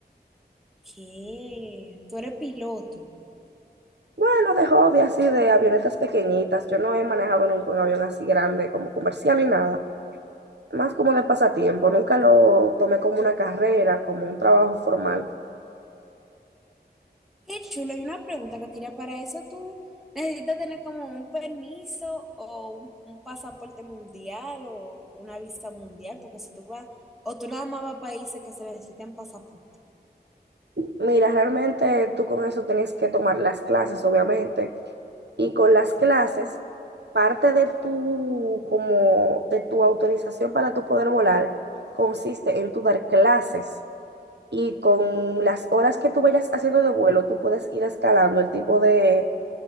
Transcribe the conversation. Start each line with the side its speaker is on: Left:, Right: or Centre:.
Centre: ¿Qué? Tú eres piloto.
Right: Bueno, de hobby así, de avionetas pequeñitas. Yo no he manejado nunca un avión así grande como comercial ni nada. Más como de pasatiempo. Nunca lo tomé como una carrera, como un trabajo formal.
Centre: Qué chulo. Y una pregunta, Katiria, ¿para eso tú necesitas tener como un permiso o un, un pasaporte mundial o una visa mundial? Porque si tú vas, o tú nada más vas a países que se necesitan pasaporte.
Right: Mira, realmente tú con eso tenías que tomar las clases, obviamente. y con las clases, parte de tu, como, de tu autorización para tu poder volar consiste en tu dar clases y con las horas que tú vayas haciendo de vuelo, tú puedes ir escalando el tipo de,